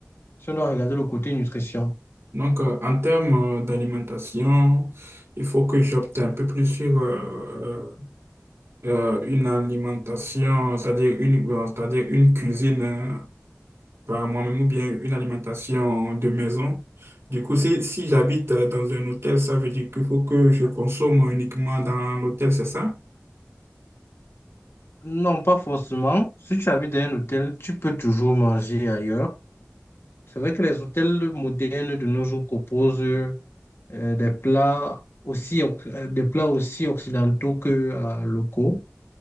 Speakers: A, on the left; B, on the right.
A: Si on doit regarder le côté nutrition.
B: Donc, euh, en termes euh, d'alimentation, il faut que j'opte un peu plus sur euh, euh, une alimentation, c'est-à-dire une, bon, c'est-à-dire une cuisine hein, par moi-même ou bien une alimentation de maison. Du coup, si, si j'habite euh, dans un hôtel, ça veut dire qu'il faut que je consomme uniquement dans l'hôtel, c'est ça?
A: Non, pas forcément. Si tu habites dans un hôtel, tu peux toujours manger ailleurs. C'est vrai que les hôtels modernes de nos jours proposent euh, des plats aussi, oc- euh, des plats aussi occidentaux que euh, locaux.